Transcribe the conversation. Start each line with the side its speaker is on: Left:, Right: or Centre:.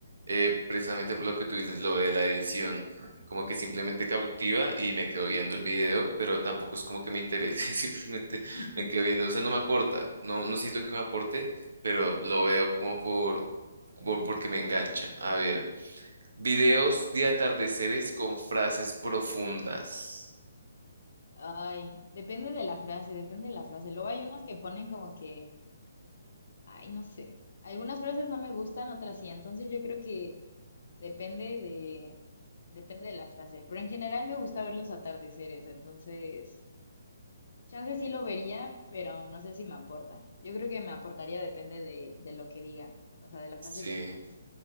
Right: eh, precisamente por lo que tú dices, lo de la edición, como que simplemente cautiva y me quedo viendo el video, pero tampoco es como que me interese, <laughs> simplemente
Left: <laughs>
Right: me quedo viendo, o sea, no me aporta, no, no siento que me aporte, pero lo veo como por, por, porque me engancha. A ver, videos de atardeceres con frases profundas.
Left: Ay, depende de la frase, depende de la frase. Luego hay unas que ponen como que, ay, no sé. Algunas frases no me gustan, otras sí. Entonces yo creo que depende de, depende de la frase. Pero en general me gusta ver los atardeceres, entonces chance sí lo vería, pero no sé si me aporta. Yo creo que me aportaría depende de, de lo que diga, o sea, de la frase
Right: Sí,
Left: que ponga.